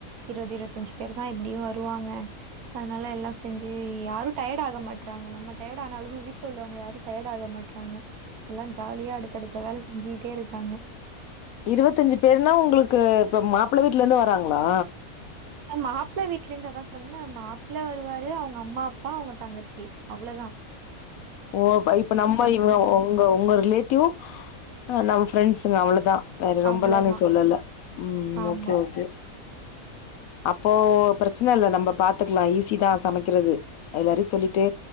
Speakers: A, on the right; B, on the left.
A: இருவது இருவத்தஞ்சி பேருதா எப்டியு வருவாங்க அதனால எல்லா செஞ்சி யாரும் டயடு ஆக மாட்றாங்க நம்ம டயடு ஆனாலும் வீட்ல உள்ளவங்க யாரும் டயடு ஆக மாட்றாங்க எல்லா ஜாலியா அடுத்தடுத்த வேல செஞ்சிகிட்டே இருக்காங்க
B: இருவத்தஞ்சி பேருனா உங்ளுக்கு இப்ப மாப்பள வீட்ல இருந்து வராங்ளா
A: அ மாப்ள வீட்லந்து அதா சொன்ன மாப்ள வருவாரு அவங்க அம்மா அப்பா அவங்க தங்கச்சி அவ்ளதா
B: ஓ இப்ப நம்ம
A: வரல.
B: இவ ஒ உங்க உங்க ரிலேட்டிவ் நம்ம ஃப்ரெண்ஸ்சுங்க அவ்ளதா வேற ரொம்பலா
A: அவ்வளோதான்.
B: நீ சொல்லல ம்
A: ஆமா.
B: ஓகே ஓகே அப்போ பிரச்சன இல்ல நம்ம பாத்துக்கலா ஈஸிதா சமைக்கறது எல்லாரையு சொல்லிட்டு